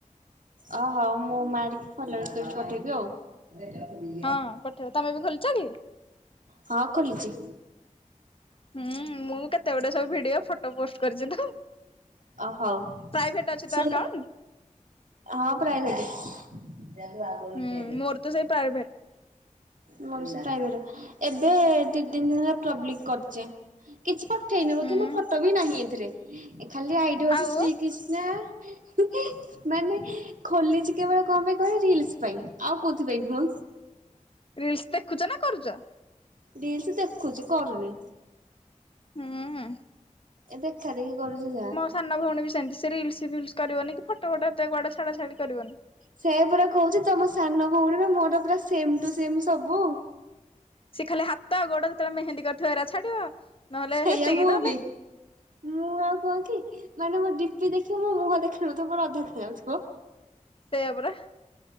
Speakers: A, on the right (about 75°); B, on the left (about 40°).
A: ଅହୋ ମୁଁ ମାରିକ୍ ଫଲୋ ରିକ୍ୱେଷ୍ଟ ପଠେଇବି ଆଉ। ଏ <unintelligible>
B: ହଁ ପଠେଇବ ତମେ ବି ଖୋଲିଚ କି?
A: ହଁ ଖୋଲିଚି।
B: ହୁଁ ମୁଁ କେତେ ଗୁଡେ ସବୁ ଭିଡିଓ ଫଟ ଟ ପୋଷ୍ଟ କରିଚ ତ
A: ଅ ହଉ
B: ପ୍ରାଇଭେଟ ଅଛି
A: ଶୁଣ
B: ତ ଆକାଉଣ୍ଟ।
A: ହଁ ପ୍ରାଇଭେଟ ଅଛି।
B: ହୁଁ। ମୋର ତ ସେଇ ପ୍ରାଇଭେଟ।
A: ମଉସା ରହିବେ, ଏବେ ଦି ତିନି ଦିନ ପୂର୍ବଲିକ କରିଛେ କିଛି ପଟ ଠଇ ନେବ
B: ହୁଁ
A: କି ମୋ ଫଟୋ ବି ନାହିଁ ଏଥିରେ ଖାଲି ଆଇଡ଼ିଆ ହେଉଛି
B: ଆଉ
A: ଶ୍ରୀକୃଷ୍ଣା। ମାନେ ଖୋଲିଛି କେବଳ କଣ ପାଇଁ କହିଲ ରିଲସ ପାଇଁ। ଆଉ କୋଉଥିପାଇଁ ନୁହ।
B: ରିଲସ୍ ଦେଖୁଚ ନା କରୁଚ?
A: ରିଲସ୍ ଦେଖୁଚି କରୁନି।
B: ହୁଁ ହୁଁ।
A: ଏ ଦେଖା ଦେଖି କରୁଚି ଯାହା।
B: ସାନ ଭଉଣୀ ସେମତି ସେ ରିଲସ୍ ଫଲସ୍ କରିବନି କି ଫଟ ଫଟ ଏତେ କୁଆଡେ ଛଡା ଛାଡି କରିବନି।
A: ସେଇୟା ପରା କୋହୁଚି ତମ ସାନ ଭଉଣୀର ମୋର ପୁରା ସେମ୍ ଟୁ ସେମ୍ ସବୁ।
B: ସେ ଖାଲି ହାତ ଗୋଡ ଯେତେବେଳେ ମେହେନ୍ଦୀ କରିଥିବ ଏରା ଛାଡିବ। ନହେଲେ
A: ସେଇୟା
B: ହେତିକି
A: ମୁଁ
B: ନହେଲେ
A: ବି। ମୁଁ ଆଉ କଣ କି ମାନେ ମୋ ଡିପି ଦେଖି ମୋ ମୁହଁ ଦେଖା ହୋଉନଥିବ। ମୋର ଅଧା ଦେଖା ଯାଉଥିବ।
B: ସେଇୟା ପରା।